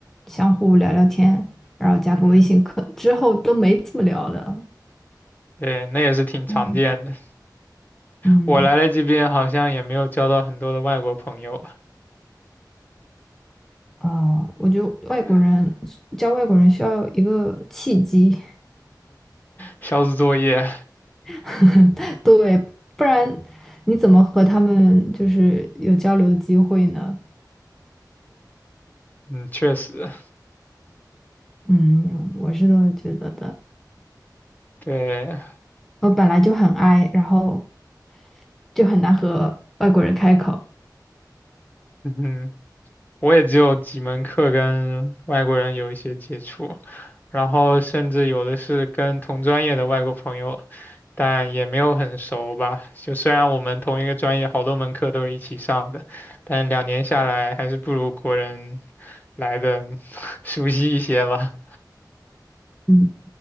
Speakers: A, in the centre; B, on the left.
A: 相互聊聊天，然后加个微信，
B: 嗯，
A: 可之后都没怎么聊了。
B: 对，那也是挺常见的。
A: 嗯，嗯，
B: 我来了这边好像也没有交到很多的外国朋友吧，
A: 啊，我觉得外国人教外国人需要有一个契机，
B: <laughs> 小组作业，
A: <laughs> 对，不然你怎么和他们就是有交流的机会呢？
B: 嗯，确实，
A: 嗯，我是这么觉得的。
B: 对，
A: 我本来就很 i，然后就很难和外国人开口。
B: 嗯，我也只有几门课跟外国人有一些接触，然后甚至有的是跟同专业的外国朋友，但也没有很熟吧。就虽然我们同一个专业好多门课都是一起上的，但两年下来还是不如国人来的 <laughs> 熟悉一些吧。
A: 嗯，